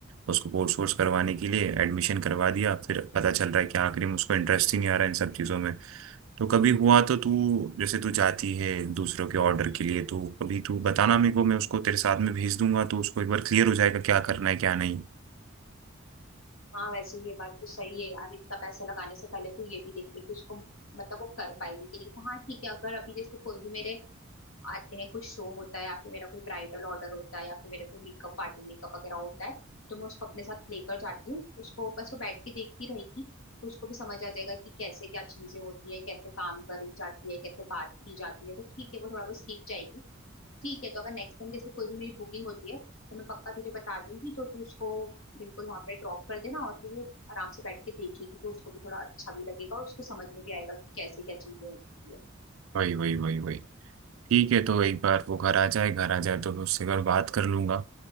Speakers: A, on the right (about 75°); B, on the left (about 80°).
A: उसको कोर्स वोर्स करवाने के लिए एडमिशन करवा दिया फिर पता चल रहा है कि आखिरी में उसको इंटरेस्ट ही नहीं आ रहा है इन सब चीज़ों में तो कभी हुआ तो तू जैसे तू जाती है दूसरों के ऑर्डर के लिए तो कभी तू बताना मेरे को मैं उसको तेरे साथ में भेज दूंगा तो उसको एक बार क्लियर हो जाएगा क्या करना है क्या नहीं
B: हाँ वैसे ये बात तो सही है यार इतना पैसा लगाने से पहले तो ये भी देख ले कि उसको मतलब वो कर पाएगी कि नहीं तो हाँ ठीक है अगर अभी जैसे कोई भी मेरे आते हैं कुछ शो होता है या फिर मेरा कोई ब्राइडल ऑर्डर होता है या फिर मेरा कोई मेकअप पार्टी मेकअप वगैरह होता है तो मैं उसको अपने साथ लेकर जाती हूँ उसको बस वो बैठ के देखती रहेगी तो उसको भी समझ आ जाएगा कि कैसे क्या चीजें होती है कैसे काम करी जाती है कैसे बात की जाती है तो ठीक है वो थोड़ा बहुत सीख जाएगी ठीक है तो अगर नेक्स्ट टाइम जैसे कोई भी मेरी बुकिंग होती है तो मैं पक्का तुझे बता दूंगी तो तू उसको बिल्कुल वहां पे ड्रॉप कर देना और फिर वो आराम से बैठ के देखेगी तो उसको भी थोड़ा अच्छा भी लगेगा और उसको समझ में भी आएगा कि कैसे क्या चीजें होती है
A: वही वही वही वही ठीक है तो एक बार वो घर आ जाए घर आ जाए तो मैं उससे एक बार बात कर लूंगा